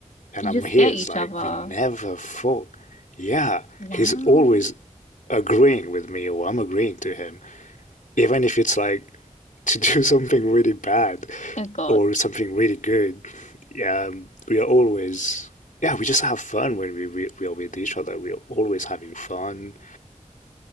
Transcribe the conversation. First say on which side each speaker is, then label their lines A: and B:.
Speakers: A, on the left; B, on the left.
A: and
B: You
A: I'm
B: just
A: his.
B: get each
A: Like
B: other.
A: we never fought. Yeah,
B: Wow.
A: he's always agreeing with me, or I'm agreeing to him. even if it's like to do <laughs> something really bad
B: Oh God.
A: or something really good, yeah, um, we are always, yeah, we just have fun when we, we, we are with each other. We are always having fun.